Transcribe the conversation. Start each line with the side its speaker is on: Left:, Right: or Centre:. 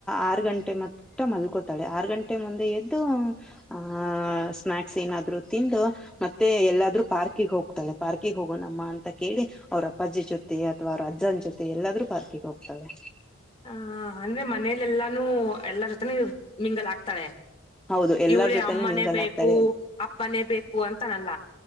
Centre: ಆರು ಗಂಟೆ ಮತ್ತೆ ಮಲ್ಕೋತಾಳೆ ಆರು ಗಂಟೆ ಮುಂದೆ ಎದ್ದು ಆ ಸ್ನಾಕ್ಸ್ ಏನಾದ್ರು ತಿಂದು. ಮತ್ತೆ ಎಲ್ಲಾದ್ರೂ ಪಾರ್ಕಿಗೆ ಹೋಗ್ತಾಳೆ ಪಾರ್ಕಿಗೆ ಹೋಗೋಣಮ್ಮ ಅಂತ ಕೇಳಿ, ಅವ್ರ ಅಪ್ಪಾಜಿ ಜೊತೆ ಅಥವಾ ಅವ್ರ ಅಜ್ಜಾನ್ ಜೊತೆ ಎಲ್ಲಾದ್ರೂ ಪಾರ್ಕಿಗೆ ಹೋಗ್ತಾಳೆ.
Left: ಹ ಅಂದ್ರೆ ಮನೇಲೆ ಎಲ್ಲಾನು ಎಲ್ಲರೂ ಜೊತೆನೂ ಮಿಂಗಲ್ ಆಗ್ತಾಳೆ.
Centre: ಹೌದು ಎಲ್ಲಾರ
Left: ಇವ್ರಳೆ
Centre: ಜೊತೆನೂ
Left: ಅಮ್ಮನೇ
Centre: ಮಿಂಗಲ್
Left: ಬೇಕು
Centre: ಆಗ್ತಾಳೆ
Left: ಅಪ್ಪನೇ ಬೇಕು ಅಂತನಲ್ಲ.